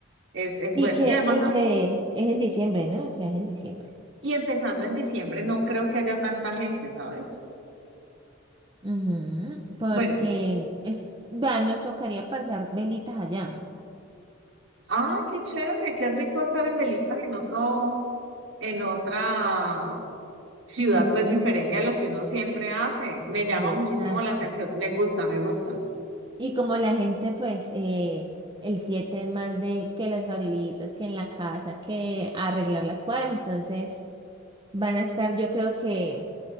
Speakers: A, on the right; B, on the right.
A: es, es
B: Y
A: bueno.
B: que,
A: Y además,
B: y que
A: ahora-
B: es en diciembre, ¿no? O sea, es en diciembre.
A: y empezando en diciembre, no creo que haya tanta gente, ¿sabes?
B: Ujú, porque
A: Bueno,
B: es, vea, nos tocaría pasar velitas allá,
A: ay, qué chévere, qué rico estar en Velitas en otro, en otra ciudad,
B: en el
A: pues
B: tren.
A: diferente
B: eh,
A: a lo que uno siempre hace. Me llama
B: Exacto.
A: muchísimo la atención. Me gusta, me gusta.
B: Y como la gente, pues, eh, el 7 es más de que las barilitas, que en la casa, que arreglar las cuadras, entonces van a estar, yo creo que